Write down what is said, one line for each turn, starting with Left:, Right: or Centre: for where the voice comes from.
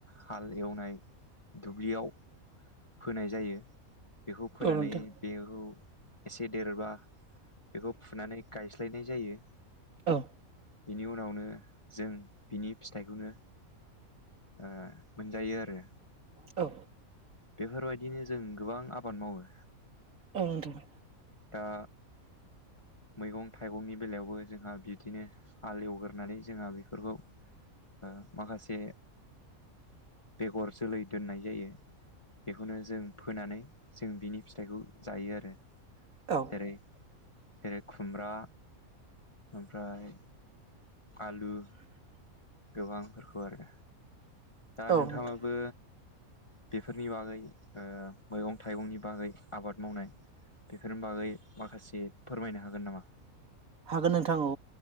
Left: हाल एवनाय दुब्लियाव फोनाय जायो। बेखौ फोनानै
Right: औ नोंथां
Left: बेखौ। एसे देरोबा बेखौ फुनानै गायस्लायनाय जायो
Right: औ
Left: बेनि उनावनो जों बिनि फिथाइखौनो ओ मोनजायो आरो
Right: औ
Left: बेफोरबायदिनो जों गोबां आबाद मावो
Right: <unintelligible>
Left: दा मैगं थाइगंनि बेलायावबो जोंहा बिदिनो हाल एवगोरनानै जोंहा बेफोरखौ ओ माखासे बेगर जोलै दोननाय जायो बेखौनो जों फोनानै जों बिनि फिथाइखौ जायो आरो।
Right: औ
Left: जेरै जेरै खुमब्रा ओमफ्राय। आलु गोबांफोरखौ आरो दा
Right: औ
Left: नोंथाङाबो
Right: नोंथां
Left: बेफोरनि बागै ओ मैगं थाइगंनि बागै आबाद मावनाय बेफोरनि बागै माखासे फोरमायनो हागोन नामा
Right: हागोन नोंथां औ